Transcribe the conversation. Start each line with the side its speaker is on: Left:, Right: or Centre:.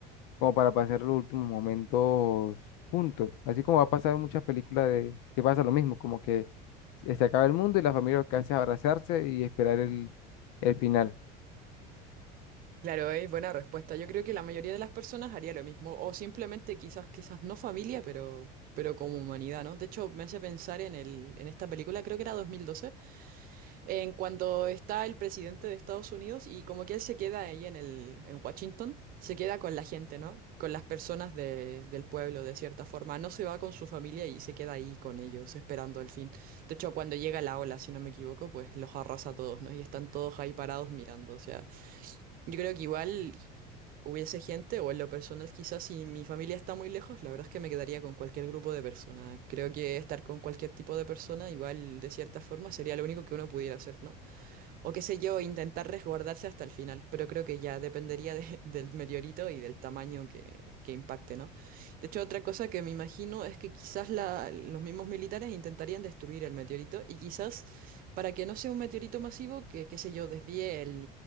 Left: como para pasar los últimos momentos juntos. Así como va a pasar en muchas películas de que pasa lo mismo, como que se se acaba el mundo y la familia lo que hace es abrazarse y esperar el, el final.
Right: Claro, es buena respuesta. Yo creo que la mayoría de las personas haría lo mismo, o simplemente quizás, quizás no familia, pero, pero como humanidad, ¿no? De hecho, me hace pensar en el, en esta película, creo que era 2012, en cuando está el presidente de Estados Unidos y como que él se queda ahí en el, en Washington, se queda con la gente, ¿no? Con las personas de- del pueblo, de cierta forma. No se va con su familia y se queda ahí con ellos, esperando el fin. De hecho, cuando llega la ola, si no me equivoco, pues los arrasa a todos, ¿no? Y están todos ahí parados mirando, o sea. Yo creo que igual hubiese gente, o en lo personal quizás si mi familia está muy lejos, la verdad es que me quedaría con cualquier grupo de personas. Creo que estar con cualquier tipo de persona, igual de cierta forma, sería lo único que uno pudiera hacer, ¿no? O qué sé yo, intentar resguardarse hasta el final. Pero creo que ya dependería de- <laughs> del meteorito y del tamaño que, que impacte, ¿no? De hecho, otra cosa que me imagino es que quizás la- los mismos militares intentarían destruir el meteorito y quizás para que no sea un meteorito masivo, que, qué sé yo, desvíe el,